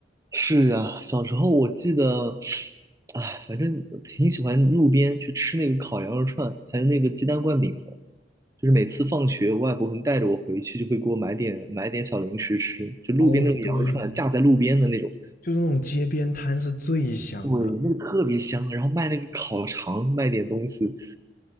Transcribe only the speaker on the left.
哦，对，
就是那种街边摊是最香的。